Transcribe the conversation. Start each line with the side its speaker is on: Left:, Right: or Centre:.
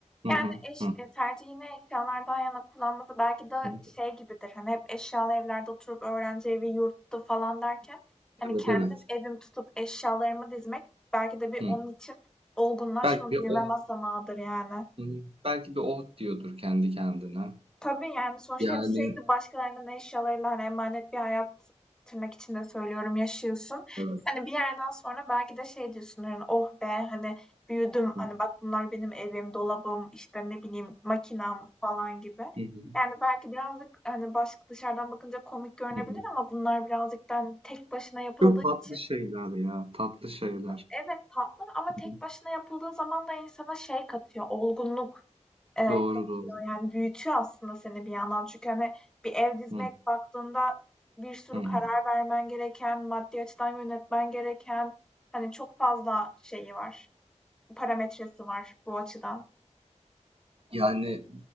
Right: Hı
Centre: Yani,
Right: hı,
Centre: eş
Right: hı,
Centre: eee, tercihini eşyalardan yana kullanması belki de
Right: hı.
Centre: şey gibidir, hani, hep eşyalı evlerde oturup öğrenci evi, yurttu falan derken,
Right: Evet
Centre: hani, kendim
Right: evet.
Centre: evim tutup eşyalarımı dizmek belki de bir
Right: Hı.
Centre: onun için olgunlaşma,
Right: Belki
Centre: büyüme
Right: o
Centre: basamağıdır yani.
Right: Hımm, belki de "Oh!" diyordur kendi kendine.
Centre: Tabii, yani, sonuçta
Right: Yani
Centre: hep sürekli başkalarının eşyalarıyla, hani, emanet bir hayat tırnak içinde söylüyorum, yaşıyorsun.
Right: evet.
Centre: Hani, bir yerden sonra belki de şey diyorsun, hani, "Oh be, hani, büyüdüm,
Right: Hı
Centre: hani,
Right: hı.
Centre: bak bunlar benim evim, dolabım, işte, ne bileyim, makinam." falan gibi.
Right: Hı hı.
Centre: Yani, belki birazcık, hani, baş dışarıdan bakınca komik görünebilir
Right: Hı
Centre: ama bunlar birazcık da, hani, tek başına yapıldığı
Right: Çok tatlı
Centre: için
Right: şeyler ya, tatlı şeyler.
Centre: Evet, tatlı ama
Right: Hı
Centre: tek
Right: hı.
Centre: başına yapıldığı zaman da insana şey katıyor, olgunluk. Eee,
Right: Doğru,
Centre: katıyor.
Right: doğru.
Centre: Yani büyütüyor aslında seni bir yandan. Çünkü, hani, bir ev dizmek
Right: Hı.
Centre: baktığında bir sürü
Right: Hı hı.
Centre: karar vermen gereken, maddi açıdan yönetmen gereken, hani, çok fazla şeyi var, parametresi var bu açıdan.
Right: Yani